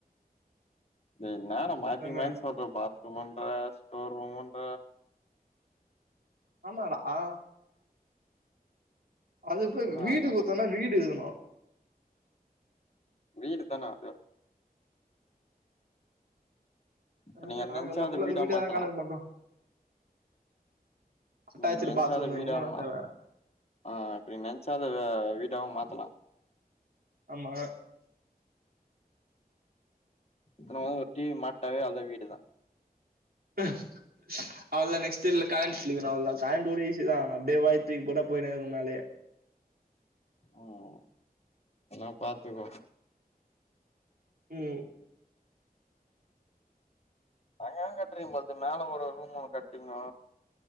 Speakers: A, on the left; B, on the right.
A: என்னாடா மாத்தி
B: நம்ம
A: மாத்தி சொல்ற பாத்ரூமுன்ற ஸ்டோர்ரூமுன்ற
B: ஆமாடா ஆ அதுப்ப
A: என்னா
B: வீடு
A: மாரி
B: குடுத்தோனா வீடு இருக்கணு
A: வீடு தானா அது
B: அ
A: இப்ப நீங்க நெனச்சாத
B: ஆக மொத்தல்ல
A: வீடா
B: அது வீடேலா
A: மாத்தலா
B: காணக்கமாட்டோ அட்டாச்சுடு
A: நீங்க நெனச்சாத
B: பாத்ரூம்
A: வீடா
B: உன்னு என்னா
A: மா
B: தேவ
A: ஆ இப்படி நெனச்சா அத வீட்டாவெ மாத்தலா
B: ஆமா
A: எனமோ ஒரு டி வி மாட்னாவே நல்ல வீடுதா
B: உஹம் அவள்தா நெஸ்ட் இயர்ல கரண்ட்ஸ்லீவ்தா அவல்தா கரண்ட் கூட ஈஸி தா அவுங்க அப்டியே வாய் துக்கி போட்டா பொய்ரும் மேலயே
A: ம் நல்லா பாத்துக்கோ
B: ம்
A: அது எவ கட்றது பாத்து மேல ஒரு ரூம் ஒண்ணு கட்டிங்க